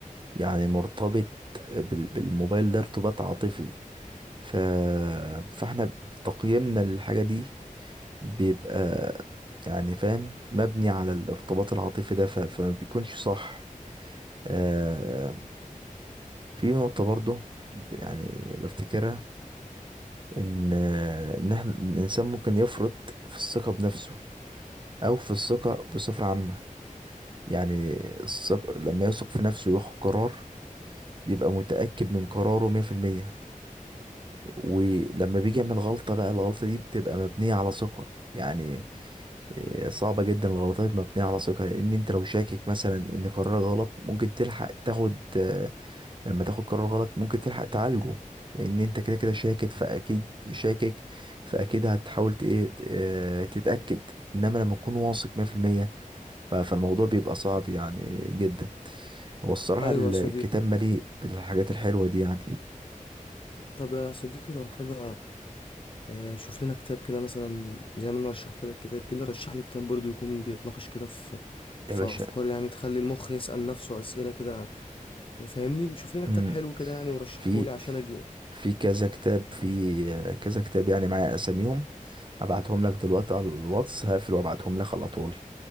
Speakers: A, on the right; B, on the left.
A: يعني مرتبط بال- بالموبايل ده ارتباط عاطفي ف... فاحنا تقييمنا للحاجه دي بيبقى يعني فاهم مبني على الارتباط العاطفي ده ف... فما بيكونش صح آه في نقطه برضه يعني بفتكرها ان ان احنا الانسان ممكن يفرط في الثقه بنفسه او في الثقه بصفه عامه يعني الثقه لما يثق في نفسه وياخد قرار بيبقى متاكد من قراره 100% ولما بيجي يعمل غلطه بقى الغلطه دي بتبقى مبنيه على ثقه يعني إيه، صعبة جدا الغلطات مبنية على ثقة لأن أنت لو شاكك مثلا إن قرارك غلط ممكن تلحق تاخد آه، لما تاخد قرار غلط ممكن تلحق تعالجه لان انت كده كده شاكك فاكيد شاكك فاكيد هتحاول ت- ايه ت- آه، تتاكد انما لما تكون واثق 100% ف- فالموضوع بيبقى صعب يعني جدا هو الصراحه
B: ايوه
A: ال-
B: يا صديقي
A: الكتاب مليء بالحاجات الحلوه دي يعني
B: طب يا صديقي لو كده آه، شوف لنا كتاب كده مثلا زي ما انا رشحت لك كتاب كده رشح لي كتاب برضو يكون بيتناقش كده في في
A: يا باشا
B: افكار يعني تخلي المخ يسأل نفسه اسئلة كده فاهمني شوف لنا كتاب
A: مم.
B: حلو كده يعني ورشحه
A: في
B: لي عشان اجي
A: في كذا كتاب في آه، كذا كتاب يعني معايا اساميهم هبعتهم لك دلوقتي على الواتس هقفل وابعتهم لك على طول